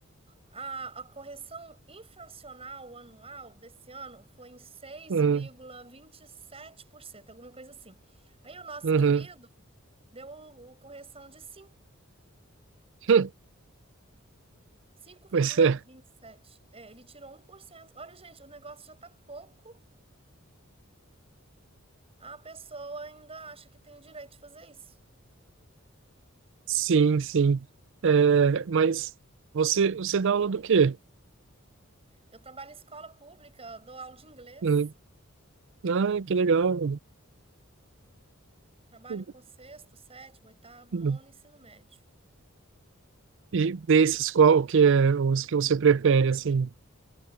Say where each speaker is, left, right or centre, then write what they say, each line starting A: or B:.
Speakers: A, on the right; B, on the right.
A: a, a correção inflacional anual desse ano foi em 6,27%,
B: uhum,
A: alguma coisa assim. Aí o nosso
B: uhum.
A: querido deu o, o correção de 5,
B: <laughs>
A: 5,27.
B: Pois é,
A: É, ele tirou 1%. Olha, gente, o negócio já tá pouco, a pessoa ainda acha que tem o direito de fazer isso.
B: sim, sim. É, mas você, você dá aula do quê?
A: Eu trabalho em escola pública, eu dou aula de inglês.
B: Hum, Ah, que legal.
A: Trabalho
B: Hum,
A: com sexto, sétimo, oitavo,
B: hum.
A: nono, ensino médio.
B: E desses, qual que é os que você prefere, assim?